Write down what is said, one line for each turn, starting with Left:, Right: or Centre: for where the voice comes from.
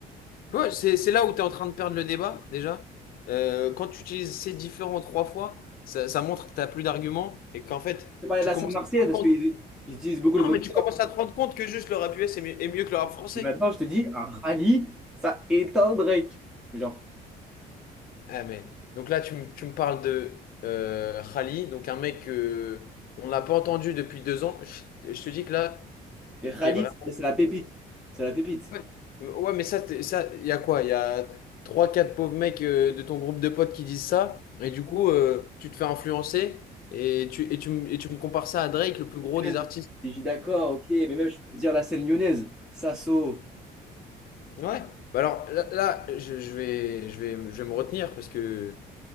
Left: Ouais, c'est c'est là où tu es en train de perdre le débat déjà. Euh, quand tu utilises ces différents trois fois, ça, ça montre que tu n'as plus d'arguments et qu'en fait,
Centre: Je parlais
Left: tu
Centre: de la
Left: commences
Centre: scène marseillaise
Left: à te rendre
Centre: parce qu'ils
Left: compte.
Centre: ils utilisent beaucoup
Left: Non,
Centre: le vocabulaire.
Left: mais tu commences à te rendre compte que juste le rap US est mieux, est mieux que le rap français.
Centre: Et maintenant, je te dis, un rallye, ça éteint Drake. Genre,
Left: Ah, mais... Donc là, tu, me tu me parles de euh, Khali, donc un mec que on n'a pas entendu depuis deux ans. Je, je te dis que là,
Centre: les rallyes,
Left: t'es vraiment.
Centre: c'est c'est la pépite. C'est la pépite.
Left: Ouais, Ouais, mais ça, t'es- ça, il y a quoi? Il y a trois, quatre pauvres mecs euh, de ton groupe de potes qui disent ça, et du coup, euh, tu te fais influencer, et tu, et tu, me- et tu me compares ça à Drake, le plus gros
Centre: Et
Left: des
Centre: même,
Left: artistes.
Centre: je dis d'accord, ok, mais même, je peux te dire la scène lyonnaise, Sasso.
Left: Ouais. Bah alors là, là, je, je vais, je vais, je vais me retenir parce que